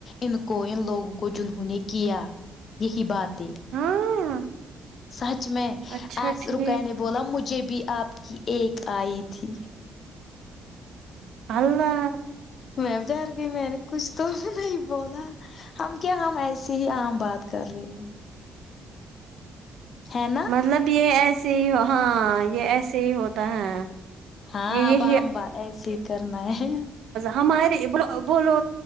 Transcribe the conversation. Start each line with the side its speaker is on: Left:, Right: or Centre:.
Left: ان کو ان لوگوں کو جنہوں نے کیا یہی بات
Right: ہاں
Left: سچ میں
Right: اچھا
Left: آس
Right: ٹھیک
Left: رکے نے بولا مجھے بھی آپ کی ایک آئی تھی
Right: اللہ
Left: میں ڈر گئی میں نے کچھ تو نہیں بولا ہم کیا ہم ایسی ہی عام بات کر رہے ہیں ہے نا
Right: مطلب یہ ایسے ہی ہاں یہ ایسے ہی ہوتا ہے
Left: ہاں
Right: یہ یہی
Left: اب عام بات ایسے ہی کرنا ہے
Right: ہمارے بولو